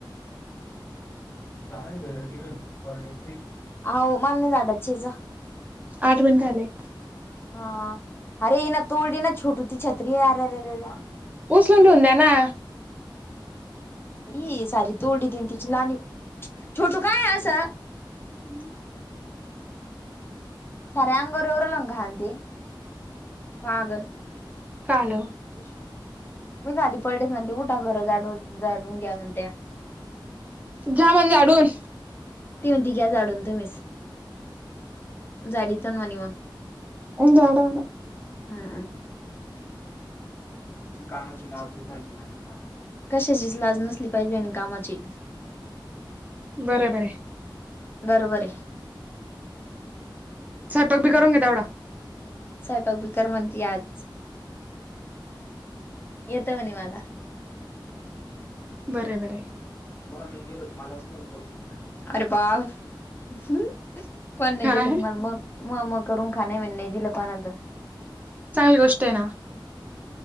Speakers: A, on the left; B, on the right.
A: <inaudible> हो मल नाही झाड शच
B: आठ मिनिट झाले
A: हा अरे इ ना तोोलडी नाछोटू ती छत्रीररररे <inaudible>
B: उचलून ठेवून द्या ना
A: ये सारी तोडी देन तिची लाणी छोट काय असं
B: हम्म
A: साऱ्या अंगारवर येऊराल ना घाण ते पागल
B: काल
A: मी खाली पडेत म्हती उठा घर जाडून झाडून घ्या म्हणत्या
B: घ्या म्हण झाडून
A: ती म्हण ती घ्या जाडून तुम्हीच झाडीतण म्हणे मग
B: झाडवून
A: हम् कामाची लाहिण कशाचीच लाज नसली पाहिजे आणि कामाची
B: बरोबर हाय
A: बरबर आहे
B: स्वयंपाक बी करून घे तेवढा
A: सायपाक बी कर म्हणती आज येत म्हणे मला
B: बर बर
A: कोणा म गेल तर मलाच नक अरे बा कोण नाही
B: काय
A: दिलं म मग मग मग करून खा नाही म्ह नाही दिलं कोणात
B: चांगली गोष्ट आहे ना